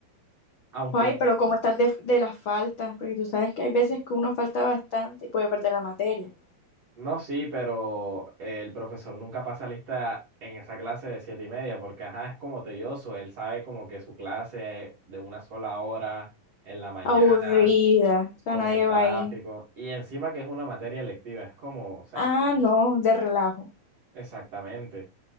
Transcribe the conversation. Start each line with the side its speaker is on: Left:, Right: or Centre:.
Right: Aunque
Left: Ay, pero ¿cómo estás de, de las faltas? Porque tú sabes que hay veces que uno falta bastante y puede perder la materia.
Right: No, sí, pero el profesor nunca pasa lista en esa clase de siete y media, porque ajá, es como tedioso. Él sabe como que su clase es de una sola hora en la mañana,
Left: Aburrida. O sea,
Right: con
Left: nadie
Right: el tráfico,
Left: va ahí.
Right: y encima que es una materia electiva, es como, o sea,
Left: Ah,
Right: por-
Left: no, de relajo.
Right: exactamente.